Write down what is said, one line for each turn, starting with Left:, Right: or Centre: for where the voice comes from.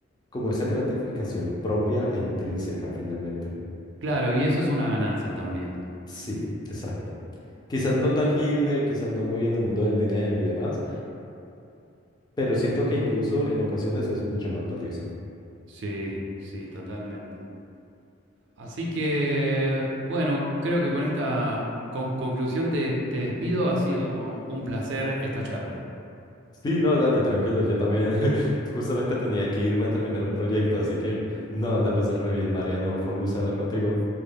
Left: como esa gratificación propia e intrínseca finalmente.
Right: Claro, y eso es una ganancia también.
Left: Sí, exacto. Quizás no tangible, quizás no muy en el mundo del dinero y demás, pero siento que incluso en ocasiones es mucho más valioso.
Right: Sí, sí, totalmente. Así que, bueno, creo que con esta con- conclusión te, te despido. Ha sido un placer esta charla.
Left: Sí, no, dale, tranquilo, yo también <laughs> justamente tenía que irme a terminar un proyecto, así que no, la pasé re bien, Mariano, fue un gusto hablar contigo.